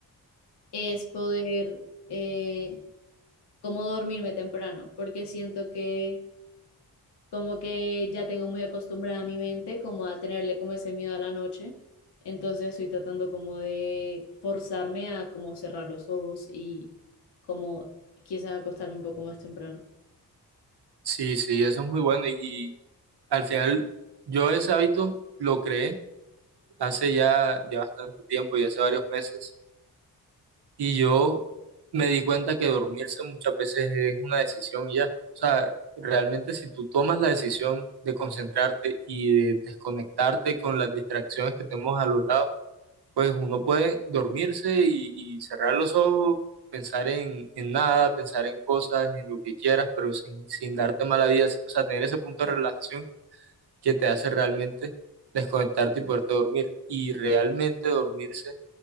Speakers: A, on the left; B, on the right.
A: es poder eh, como dormirme temprano, porque siento que como que ya tengo muy acostumbrada mi mente como a tenerle como ese miedo a la noche, entonces estoy tratando como de forzarme a como cerrar los ojos y como quizás acostarme un poco más temprano.
B: Sí, sí, eso es muy bueno y, y al final yo ese hábito lo creé hace ya, ya bastante tiempo y hace varios meses y yo me di cuenta que dormirse muchas veces es una decisión y ya. O sea, realmente si tú tomas la decisión de concentrarte y de desconectarte con las distracciones que tenemos a los lados, pues uno puede dormirse y, y cerrar los ojos, pensar en, en nada, pensar en cosas, en lo que quieras, pero sin, sin darte mala vida, o sea, tener ese punto de relajación que te hace realmente desconectarte y poderte dormir. Y realmente dormirse